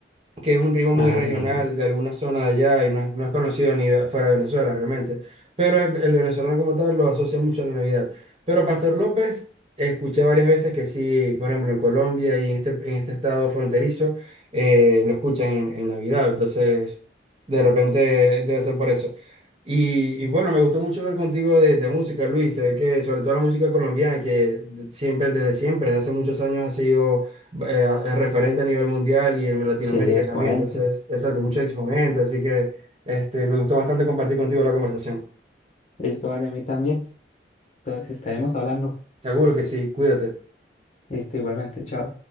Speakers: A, on the right (about 30°); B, on the left (about 40°).
A: que es un ritmo muy
B: Ah,
A: regional
B: mira.
A: de alguna zona de allá y no es, no es conocido ni de- fuera de Venezuela realmente. Pero el, el venezolano como tal lo asocia mucho a la Navidad. Pero Pastor López, escuché varias veces que sí, por ejemplo, en Colombia y en este, en este estado fronterizo, eh, lo escuchan en, en Navidad. Entonces, de repente debe ser por eso. Y, y bueno, me gustó mucho hablar contigo de, de música, Luis. Se ve que sobre todo la música colombiana, que siempre, desde siempre, desde hace muchos años ha sido eh, a- es referente a nivel mundial y en Latinoamérica
B: Sí, exponente.
A: también. Entonces, esa con muchos exponentes. Así que este, me gustó bastante compartir contigo la conversación.
B: Listo, vale, a mí también. Entonces estaremos hablando.
A: Seguro que sí, cuídate.
B: Listo, igualmente, chao.